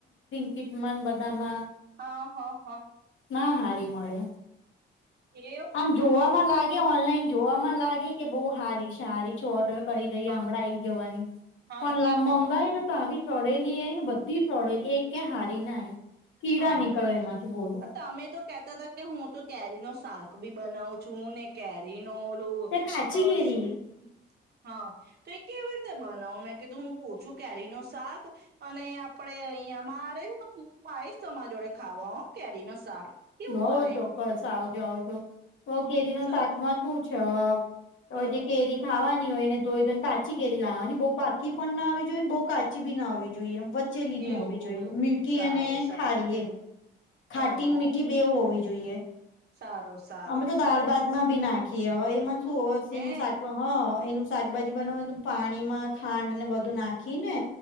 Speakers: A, on the left; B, on the right.
A: કિટમાં બધામાં.
B: હા હા હા.
A: ના હારી મળે
B: એવું
A: આમ જોવામાં લાગે ઓનલાઈન જોવામાં લાગે કે બહુ હારી છે હારી છે ઓર્ડર કરી દઈ
B: હા
A: હમણાં ઈ જવાની,
B: હા
A: પણ મંગાઈ
B: હા
A: ને તો આવી છોડેલી આય ને બધી છોડેલી એક કયા હા ના કીરા
B: હા
A: નીકળે એમાંથી બોલો.
B: તમે તો કેતા તા કે હું તો કેરીનું શાક બી બનાવું છું ને કેરી અ ઓલું,
A: તે કાચી
B: અ
A: કેરી.
B: શું હા, તો એ કેવી રીતે બનાવ મેં કીધું હું પોચુ કેરીનું શાક, અને આપડે અહીયાં મારેને હું આવીશ તમા જોડે ખાવા હો કેરી ને શાક. કેવું
A: હોઉ
B: બને
A: ચોક્કસ આવજો આવજો, કેરીનું
B: સ
A: શાકમાં શું છે. તો
B: હમ
A: જે કેરી ખાવા ની હોયને ધોઈ ધોઈન કાચી કેરી લાવાની બઉ પાકી પણ ના આવી જોઈએ બઉ કાચી બી ના આવવી જોઈએ વચ ચેલીની
B: એવું
A: હોવી જોઈએ,
B: એવું
A: મીઠી
B: સારું
A: અને ખારી એમ.
B: સારું
A: ખાટી
B: હો
A: મીઠી બેઉ હોવી જોઈએ,
B: સારું સારું
A: અમે તો
B: સારું
A: દાળ ભાતમાં ભી નાખીએ હોય એમાં શું હો સીંગ
B: હે
A: શાક હ. હો એનું શાકભાજી બનાવીને પાણીમાં ખાંડ ને બધું નાખી ને